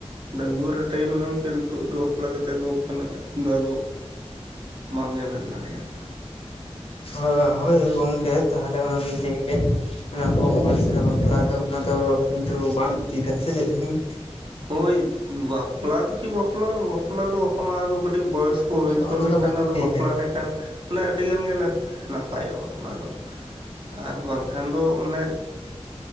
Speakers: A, on the right; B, on the left.
A: ᱰᱟᱜᱩᱣᱟᱹ ᱨᱮ ᱴᱟᱭᱤᱢ ᱮᱢ ᱠᱮ ᱱᱤᱛᱚᱜ ᱫᱚ ᱵᱟᱯᱞᱟ ᱠᱟᱛᱮᱜ ᱫᱚ ᱚᱝᱠᱟᱱᱟᱜ ᱴᱟᱭᱤᱢ ᱫᱚ ᱟᱫᱚᱼᱼ ᱵᱟᱝ ᱜᱮᱢ ᱮᱢ ᱫᱟᱲᱮᱭᱟᱜᱼᱟ᱾
B: ᱦᱳ ᱦᱳᱭ ᱜᱚᱝᱠᱮ ᱛᱟᱦᱚᱞᱮ ᱚᱱᱟᱜᱤᱧ ᱞᱮᱭ ᱠᱮᱫ᱾ ᱚᱱᱟ ᱠᱚᱢ ᱵᱚᱭᱮᱥ ᱨᱮ ᱵᱟᱯᱞᱟ ᱫᱚ ᱚᱱᱟ ᱫᱚ ᱠᱤᱱᱛᱩ ᱵᱟᱝ ᱩᱪᱤᱛᱟ ᱥᱮ ᱪᱮᱫ ᱦᱩᱢ
A: ᱦᱳᱭ ᱵᱟᱯᱞᱟ ᱫᱚ ᱠᱤ ᱵᱟᱯᱞᱟ ᱵᱟᱯᱞᱟ ᱫᱚ ᱵᱟᱠᱚ ᱢᱟᱱᱟ ᱫᱚᱼᱼ ᱠᱟᱹᱴᱤᱡ ᱵᱚᱭᱚᱥ ᱠᱚ ᱦᱳᱭ ᱦᱚᱪᱚ
B: ᱚᱱᱟ
A: ᱞᱮᱝᱠᱷᱟᱱ
B: ᱫᱚ ᱵᱟᱹᱧ
A: ᱟᱫᱚ
B: ᱞᱟᱹᱭᱫᱟ
A: ᱵᱟᱯᱞᱟ ᱞᱮᱱ ᱠᱷᱟᱱᱼᱼ ᱢᱟᱱᱮ ᱟᱹᱰᱤ ᱜᱟᱱ ᱜᱮᱱᱮ ᱱᱟᱯᱟᱭᱚᱜᱼᱟ ᱚᱱᱟ ᱫᱚ᱾ ᱟᱨ ᱵᱟᱝ ᱠᱷᱟᱱ ᱫᱚ ᱢᱟᱱᱮᱼᱼ